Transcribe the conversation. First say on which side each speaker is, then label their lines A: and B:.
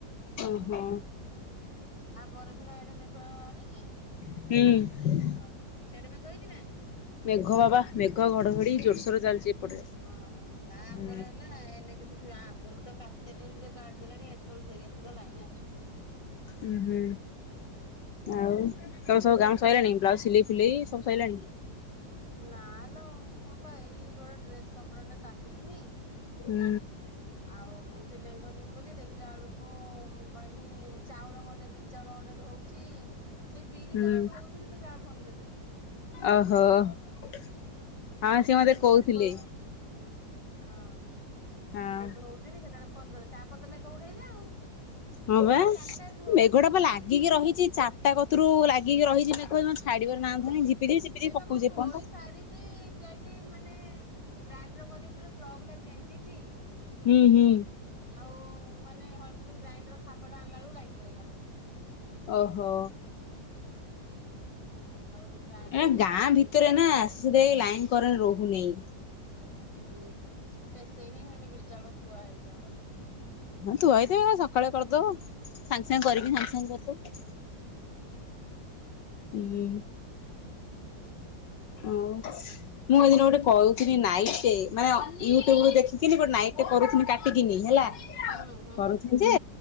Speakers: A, on the left; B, on the left.
A: ଓହୋ।
B: ଆମର ସିନା ଇଆଡ଼େ ମେଘ ହେଲା।
A: ହୁଁ।
B: ଓହ ସିଆଡେ ମେ ମେଘ ହେଇଚି ନା?
A: ମେଘ ବାବା ମେଘ ଘଡଘଡି ଜୋରସୋର ଚାଲିଛି। ଏପଟେ।
B: ହଁ ତାପରେ
A: ହୁଁ
B: ହେଲା ଏଇନେ କିନ୍ତୁ ସେ ଆଗରୁ ତ କାଟିଦେଲେଣି ଜେ କାଟିଦେଲେଣି ଏତେବେଳେ ସେଇଆ ସୁଧା ଲାଇନ ଆସୁନି।
A: ଉୁଁ ହୁଁ ଆଉ ତମ ସବୁ କାମ ସଇଲାଣି ବ୍ଲାଉଜ ସିଲେଇ ଫିଲେଇ ସବୁ ସଇଲାଣି?
B: ନାଲୋ ମୁଁ ପା ଏଇ ଗୋଟେ ଡ୍ରେସ କପଡାଟେ କାଟିଥିନି।
A: ହୁଁ
B: ଆଉ ସିଲେଇ କରିମି ବୋଲି ଦେଖିଲା ବେଳକୁ ମୁଁ କହିନି ଚାଉଳ ଗଣ୍ଡେ ବିରି ଚାଉଳ ଗଣ୍ଡେ ଧଉଛି ସେଇ ବିରି
A: ହୁଁ
B: ଚାଉଳ ଧଉଥିଲି ତ ଯାହା ଫୋନ୍ କରିଥିଲେ।
A: ଓହୋ ହଁ ସିଏ
B: ସେ
A: ମତେ କହୁଥିଲେ।
B: କଣ ହଁ।
A: ହଁ।
B: ସେଇୁ ହଉଥିଲି ସେ ତାର ଫୋନ କ ତାପ ତମେ ମେଘ ଉଡେଇଲା ଆଉ।
A: ହଁ
B: ମୁଁ
A: ବା
B: ସାଙ୍ଗେ ସାଙ୍ଗେ ଧୋଇଛି
A: ମେଘଟା ପା
B: ସାରିଛି
A: ଲାଗିକି ରହିଛି ଚାରିଟା କତରୁ ଲାଗିକି ରହିଛି ମେଘ ଛାଡିବ ନାଁ
B: ହୁଁ
A: ଧରୁନି ଝିପି, ଝିପି, ଝିପି
B: ସେଇପା
A: ପକଉଚି
B: ମୁଁ ଧୋଇ
A: ଏପର୍ଯ୍ୟନ୍ତ।
B: ସାରିଛି ଯାଇକି ମାନେ ଗ୍ରାଇଣ୍ଡର କରିବି ବୋଲି ପ୍ଲଗ ଟା ଗେଞ୍ଜିଚି
A: ହୁଁ ହୁଁ
B: ଆଉ ମାନେ ହ ଯୋଉ ଗ୍ରାଇଣ୍ଡର ଖାପଟା ଆଣିଲା ବେଳକୁ ଲାଇନ ପଳେଇଲା।
A: ଓହୋ।
B: ଆଉ ଗ୍ରାଇଣ୍ଡର
A: ଏ
B: ଏସ
A: ଗାଁ
B: ହେଇକି
A: ଭିତରେ
B: ସୁଧା
A: ନା
B: କରିଦେଳ।
A: ସେଥିଲାଗି ଲାଇନ କରେଣ୍ଟ ରହୁନେଇ।
B: ହୁଁ ପେସେଇନି ହିନ୍ଦି ବିରୀ ଚାଉଳ ଥୁଆ ହେଇଯାଚି ଆମର ଆଜି।
A: ହଁ ଥୁଆ‌ ହେଇଥିବ ସକାଳେ କରିଦବ ସାଙ୍ଗେ, ସାଙ୍ଗେ କରିକି ସାଙ୍ଗେ, ସାଙ୍ଗେ କରିଦବ। ହୁଁ। ଆଓ ମୁଁ ଏଇଦିନ ଗୋଟେ କହୁଛି
B: ହୁଁ
A: ନାଇଟଟେ ମାନେ ୟୁଟୁବ ରୁ ଦେଖିକିନି ଗୋଟେ ନାଇ କରୁଥିଲି କାଟିକିନି ହେଲା।
B: ହୁଁ ହୁଁ
A: କରୁଛି ଯେ